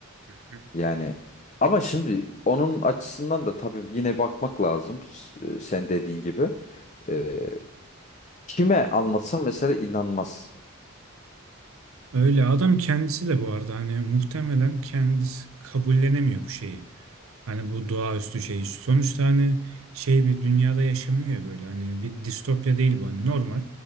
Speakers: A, on the right (about 70°); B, on the left (about 35°).
A: Hı hı.
B: Yani ama şimdi onun açısından da tabii yine bakmak lazım. S- e, Sen dediğin gibi. E, kime anlatsam mesela inanmaz.
A: Öyle adam kendisi de bu arada hani muhtemelen kendisi kabullenemiyor bu şeyi. Hani bu doğaüstü şey. Sonuçta hani şey bir dünyada yaşamıyor ya böyle. Hani bir distopya değil bu. Hani normal